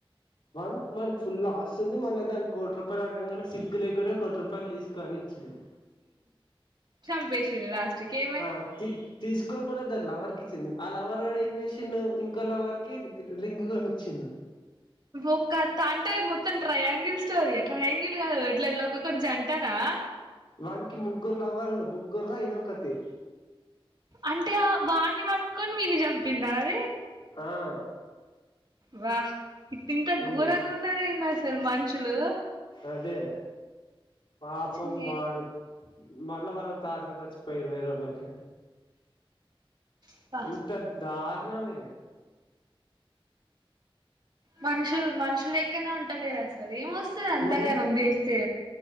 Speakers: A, on the left; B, on the right.
A: వాన్ వాడు ఫుల్ ఆస్తి ఉంది, మళ్ళ దానికి కోటి రూపాయలు అడగంగనే సిగ్గు లేకుండా కోటి రూపాయలు తీసుకో అని ఇచ్చిండు.
B: చంపేశిర్రు లాస్ట్కి ఏమైంది.
A: ఆ తీ తీసుకొని మళ్ళీ దాని లవర్కి ఇచ్చింది ఆ లవర్ గాడు ఏం చేసిండు ఇంకో లవర్ కి గి రింగు కొనిచ్చిండు
B: ఒక్క తా అంటే మొత్తం ట్రయాం గిల్ స్టోరీయా ట్రయాంగిల్ కదా ఇట్లా ఒక్కొక్క జంటనా
A: వాన్కి ముగ్గురు లవర్ లు ముగ్గురులో ఇదొక్కతి
B: అంటే ఆ వాన్ని పట్కొని వీన్ని చంపిందా అది?
A: ఆ
B: వాహ్ ఇ ఇంత
A: ఉమ్
B: ఘోరంగా ఉన్నారేంది అసల్ మన్షులు
A: అదే పాపంవాళ్ళు
B: ఛీ
A: మల్ల వా కాక జచ్చిపోయిర్రు ఇరవై రోజులకే
B: అబ్బా
A: ఎంత ధారుణం ఇది
B: మనుషుల్ మనుషులెక్కనే ఉంటలేదు అసలు ఏమొస్తది అంతగానం
A: మొన్
B: చేస్తే